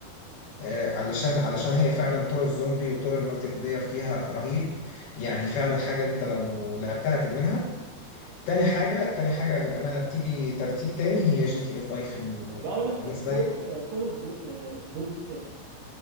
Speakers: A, on the left; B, on the right.
A: آه، علشان علشان هي فعلا طور الزومبي وطور المالتي بلاير فيها رهيب يعني فعلا حاجة انت لو لعبتها تدمنها تاني حاجة تاني حاجة للأمانة بتيجي ترتيب تاني هي جي تي اي 5 في الأونلاين
B: بقول لك طب
A: بالنسبة
B: كل
A: لي
B: كول اوف دول